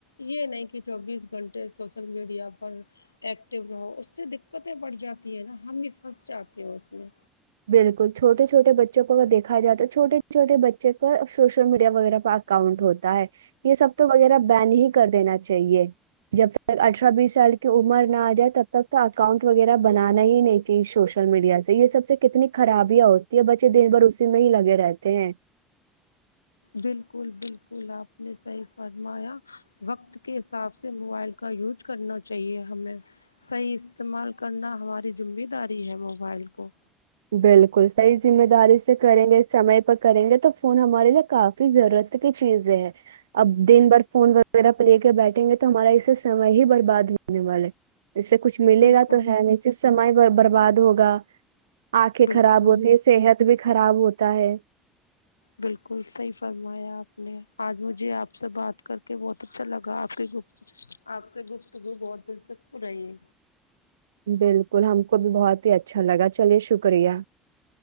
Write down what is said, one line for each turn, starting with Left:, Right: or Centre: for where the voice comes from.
Left: یہ نہیں کہ چوبیس گھنٹے سوسل میڈیا پر ایکٹیو رہو اس سے دقتیں بڑھ جاتی ہیں نا ہم ہی پھنس جاتے ہیں اس میں
Right: بالکل چھوٹے چھوٹے بچوں کو اگر دیکھا جائے تو چھٹے چھوٹے بچے کا سوشل میڈیا وغیرہ پ اکاؤنٹ ہوتا ہے یہ سب تو وغیرہ بین ہی کر دینا چاہیے جب سے اٹھارہ بیس سال کی عمر آ جائے تب تک تو اکاؤنٹ وغیرہ بنانا ہی نہیں تھی سوشل میڈیا سے یہ سب سے کتنی خرابیاں ہوتی ہے بچے دن بھر اسی میں ہی لگے رہتے ہیں
Left: بالکل بالکل آپ نے صحیح فرمایا وقت کے حساب سے موبائل کا یوج کرنا چاہیے ہمیں صحیح استعمال کرنا ہماری ذمہ داری ہے موبائل کو
Right: بالکل صحیح ذمہ داری سے کریں گے سمے کریں گے تو فون ہمارے لیے کافی ضرورت کی چیزیں ہے اب دن بھر فون وغیرہ پہ لے کے بیٹھیں گے تو ہمارا اسے سمے ہی برباد ہونے والا اس سے کچھ ملے
Left: بالکل
Right: گا تو ہے نہیں صرف سمے برباد ہوگا آنکھیں
Left: بالکل
Right: خراب ہوتی ہے صحت بھی خراب ہوتا ہے
Left: بالکل سحی فرمایا آپ نے آج مجھے آپ سے بات کر کے بہت اچھا لگا آپ کے گت آپ سے گپتگو بہت دلچسپ رہی
Right: بالکل ہم کو بھی بہت ہی اچھا لگا چلیے شکریہ